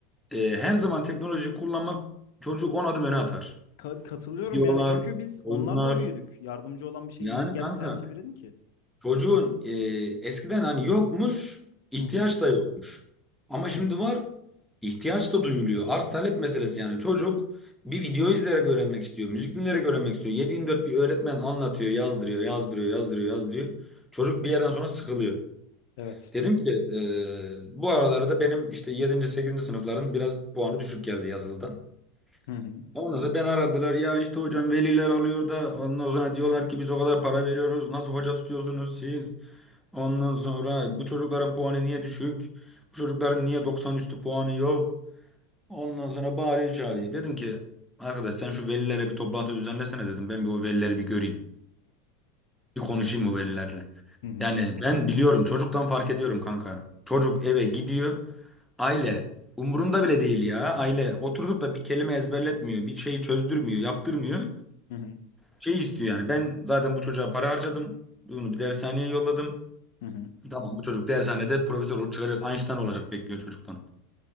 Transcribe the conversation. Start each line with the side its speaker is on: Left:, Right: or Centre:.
Centre: e, her zaman teknoloji kullanmak çocuğu 10 adım öne atar.
Left: Ka- katılıyorum
Centre: Videolar,
Left: yani çünkü biz
Centre: oyunlar.
Left: onlarla büyüdük. Yardımcı olan bir şeyi
Centre: Yani
Left: niye gel
Centre: kanka
Left: ters çevirelim ki?
Centre: çocuğun e, eskiden hani yokmuş, ihtiyaç
Left: Hı hı.
Centre: da yokmuş. Ama şimdi
Left: Kes-
Centre: var, ihtiyaç da duyuluyor. Arz talep meselesi yani. Çocuk bir video izleyerek öğrenmek istiyor, müzik dinleyerek öğrenmek istiyor. Yedi yirmi dört bir öğretmen anlatıyor, yazdırıyor, yazdırıyor, yazdırıyor, yazdırıyor. Çocuk bir yerden sonra sıkılıyor.
Left: Evet.
Centre: Dedim ki e, bu aralarda benim işte yedinci sekizinci sınıfların biraz puanı düşük geldi yazılıdan.
Left: Hı hı.
Centre: Ondan sonra beni aradılar ya işte hocam veliler alıyor da ondan sonra diyorlar ki biz o kadar para veriyoruz nasıl hoca tutuyorsunuz siz? Ondan sonra bu çocukların puanı niye düşük? Bu çocukların niye 90 üstü puanı yok? Ondan sonra bağırıyor çağırıyor. Dedim ki arkadaş sen şu velilere bir toplantı düzenlesene dedim ben bir o velileri bir göreyim. Bir konuşayım o velilerle.
Left: Hı hı.
Centre: Yani ben biliyorum çocuktan fark ediyorum kanka. Çocuk eve gidiyor. Aile umurunda bile değil ya. Aile oturup da bir kelime ezberletmiyor, bir şeyi çözdürmüyor, yaptırmıyor.
Left: Hı hı.
Centre: Şey istiyor yani. Ben zaten bu çocuğa para harcadım. Bunu bir dershaneye yolladım.
Left: Hı hı.
Centre: Tamam bu çocuk dershanede profesör olup çıkacak, Einstein olacak bekliyor çocuktan.